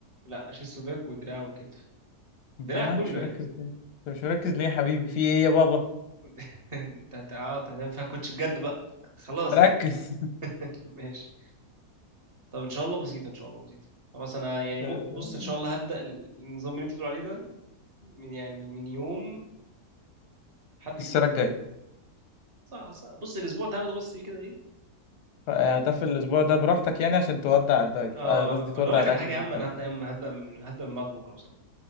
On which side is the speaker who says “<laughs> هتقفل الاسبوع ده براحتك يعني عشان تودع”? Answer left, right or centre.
Left